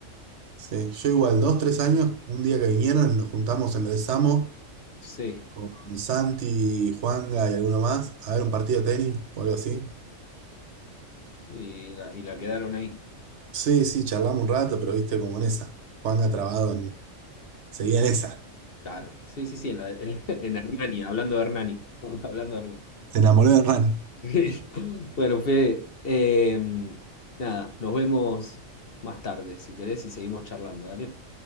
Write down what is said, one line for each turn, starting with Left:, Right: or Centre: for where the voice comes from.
Right: Sí, yo igual, dos, tres años, un día que vinieron, nos juntamos en el Samo
Left: Sí,
Right: con Santi, Juanga y alguno más a ver un partido de tenis o algo así.
Left: y la, y la quedaron ahí.
Right: Sí, sí, charlamos un rato, pero viste como en esa. Juanga trabado en... Seguía en esa.
Left: Claro, sí, sí, sí, en, la- en, <laughs> en Hernani, hablando de Hernani. <laughs> Hablando de Hernani.
Right: Se enamoró de Rani.
Left: <laughs> Bueno, Fede, em, nada, nos vemos más tarde, si querés, y seguimos charlando, ¿dale?